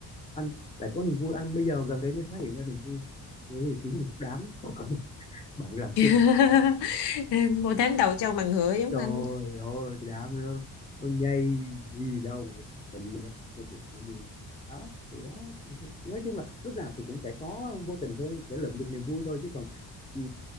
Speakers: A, on the left; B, on the left.
A: anh lại có niềm vui anh bây giờ gần đây mới phát hiện ra niềm vui bởi vì kiếm được một đám bạn làm
B: <laughs>
A: chung
B: Một tháng đầu trâu mà ngựa giống
A: trời
B: anh.
A: ơi cái đám nó, nó nhây gì đâu mà vui lắm nói chuyện nó vui lắm. đó thì đó nói chung là lúc nào thì cũng sẽ có vô tình thôi sẽ lượm được niềm vui thôi chứ còn ừ,